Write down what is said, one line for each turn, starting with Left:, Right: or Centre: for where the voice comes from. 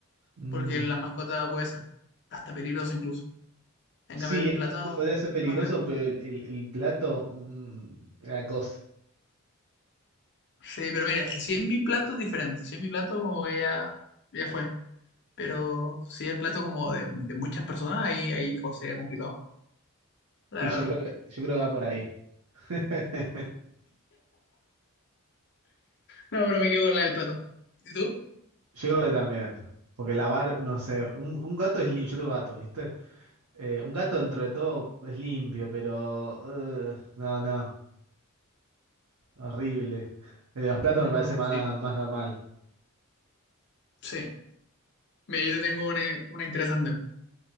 Right: Mm,
Left: porque la mascota puede ser hasta peligroso incluso. En
Right: Sí,
Left: cambio, el plato
Right: podría ser peligroso,
Left: no creo.
Right: pero el, el- el plato, mm, la cosa.
Left: Sí, pero mira, es que si es mi plato es diferente. Si es mi plato, como que ya, ya fue. Pero si es el plato como de, de muchas personas, ahí, ahí co- sería complicado, la
Right: Y
Left: verdad.
Right: yo creo que, yo creo que va por ahí. <laughs>
Left: No, pero me quedo con la del plato. ¿Y tú?
Right: Yo creo que también. Porque lavar, no sé, un, un gato es limpio, yo tengo gatos, ¿viste? Eh, un gato dentro de todo es limpio, pero... eh, no, no, horrible. El de los platos
Left: Mm,
Right: me parece más,
Left: sí,
Right: más normal.
Left: sí. Mira, yo te tengo una, una interesante.